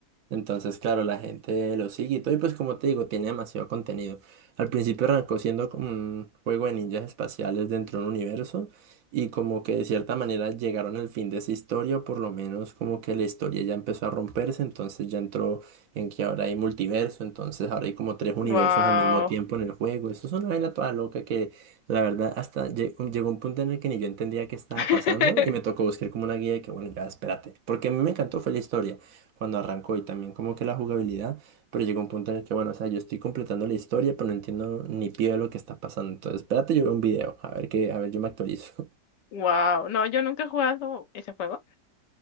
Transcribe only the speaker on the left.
wow.
<laughs>
Wow, no, yo nunca he jugado ese juego.